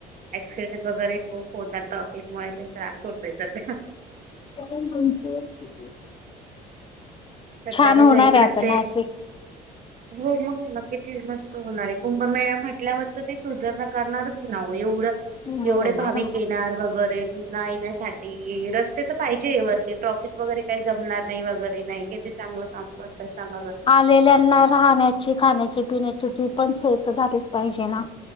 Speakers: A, on the right; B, on the left.
A: अ‍ॅक्सिडेंट वगैरे खूप होतात ट्राफिकमुळे लई त्रास होतोय सध्या
B: <inaudible> <unintelligible>
A: सध्या
B: छान होणार
A: कसय इकड
B: आहे आता
A: ते
B: नाशिक
A: हो मग ना किती मस्त होणार आहे कुंभमेळा म्हटल्यावर तर ते सुधारणा करणारच ना हो एवढं
B: बरोबर.
A: एवढे भाविक येणार वगैरे न येण्यासाठी रस्ते तर पाहिजे ब असे ट्रॅफिक वगैरे काही जमणार नाही वगैरे नाही. कि चांगलं काम करताय सांगा बरं.
B: लेल्यांना राहण्याची खाण्याची पिण्याची ती पण सोय तर झालीच पाहिजे ना.